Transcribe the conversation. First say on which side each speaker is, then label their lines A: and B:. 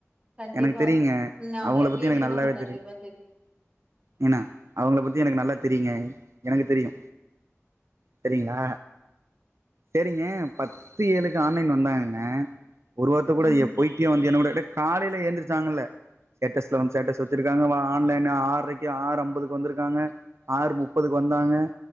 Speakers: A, on the right (about 25°); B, on the right (about 65°).
A: கண்டிப்பா
B: எனக்கு தெரியுங்க
A: நா
B: அவங்கள பத்தி
A: கேட்டீங்கன்னா
B: எனக்கு நல்லாவே
A: உங்களுக்கு கண்டிப்பா
B: தெரியு ஏனா அவங்கள பத்தி எனக்கு நல்லா தெரியுங்க எனக்கு தெரியு சரிங்ளா சேரிங்க பத்து ஏழுக்கு ஆன்லைன் வந்தாங்கங்க ஒரு வார்த்த கூட
A: ம்
B: எ பேய்ட்டியா வந்தியான் கூட எட காலைல எந்திரிச்சாங்கல்ல ஸ்டேட்டஸ்ல வந்து ஸ்டேட்டஸ் வச்சிருக்காங்க வா ஆன்லைன் ஆர்றைக்கு ஆறம்பதுக்கு வந்துருக்காங்க ஆறு முப் போதுக்கு வந்தாங்க